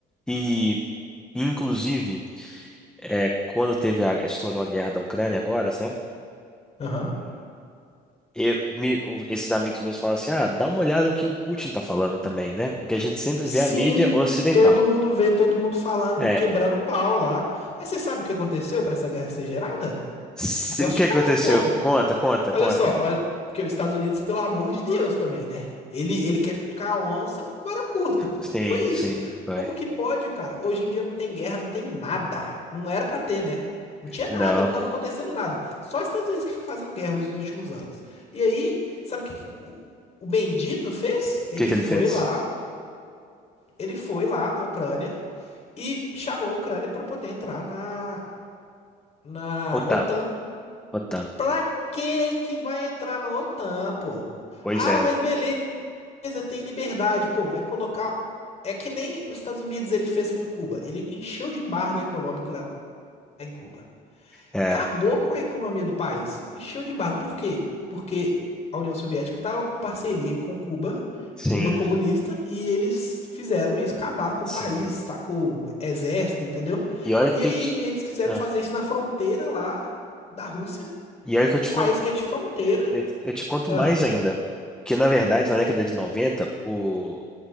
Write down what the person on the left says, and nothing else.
Aham.
Sim,
todo mundo vê, todo mundo falando,
quebrando pau lá. Mas você sabe o que aconteceu para essa guerra ser gerada?
Eu posso
te falar
um pouco.
Olha
só, olha, porque os Estados Unidos, pelo amor de Deus, também, né? Ele, ele quer cutucar a onça com vara curta, pô.
Foi isso.
Como que pode, cara? Hoje em dia não tem guerra, não tem nada. Não era pra ter, né? Não tinha
nada, não
tava acontecendo nada. Só os Estados Unidos que fica fazendo guerra os, os últimos anos. E aí, sabe o que que o, o Bendito fez? Ele
foi
lá, ele foi lá na Ucrânia e chamou a Ucrânia pra poder entrar na, na
OTAN.
Pra que que vai entrar na OTAN, pô?
Ah,
mas beleza, tem liberdade, pô, vai colocar. É que nem os Estados Unidos ele fez com Cuba. Ele encheu de embargo econômico lá em Cuba.
Acabou com a economia do país. Encheu de embargo. Por quê? Porque a União Soviética estava com parceria com Cuba,
Cuba comunista, e eles fizeram isso, acabaram com
o país, tacou exército, entendeu?
E
aí
eles quiseram
fazer isso na fronteira lá da Rússia
com
um
país que é de fronteira
ah,